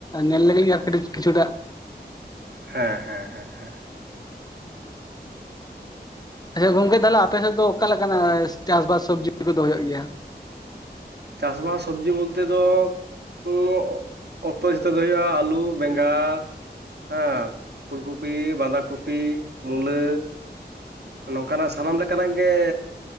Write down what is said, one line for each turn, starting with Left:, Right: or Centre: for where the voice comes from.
Left: ᱧᱮᱞ ᱞᱮᱜᱤᱧ ᱟᱨ ᱠᱤᱪᱷᱩᱴᱟᱜ
Right: ᱦᱮᱸ ᱦᱮᱸ ᱦᱮᱸ ᱦᱮᱸ
Left: ᱟᱪᱪᱷᱟ ᱜᱚᱝᱠᱮ ᱛᱟᱦᱚᱞᱮ ᱟᱯᱮ ᱥᱮᱫ ᱫᱚ ᱚᱠᱟ ᱞᱮᱠᱟᱱᱟᱜ ᱪᱟᱥᱵᱟᱥ ᱥᱚᱵᱽᱡᱤ ᱠᱚᱫᱚ ᱦᱩᱭᱩᱜ ᱜᱮᱭᱟ?
Right: ᱪᱟᱥᱵᱟᱥ ᱥᱚᱵᱡᱤ ᱵᱚᱞᱛᱮ ᱫᱚ ᱩᱸᱜ ᱚᱠᱛᱚ ᱡᱷᱚᱛᱚ ᱜᱮ ᱦᱳᱭᱳᱜᱼᱟ ᱟᱹᱞᱩ ᱵᱮᱸᱜᱟᱲ ᱦᱮᱸ ᱯᱷᱩᱞ ᱠᱚᱯᱤ ᱵᱟᱸᱫᱷᱟ ᱠᱚᱯᱤ ᱢᱩᱞᱟᱹ ᱱᱚᱝᱠᱟᱱᱟᱜ ᱥᱟᱱᱟᱢ ᱞᱮᱠᱟᱱᱟᱜ ᱜᱮ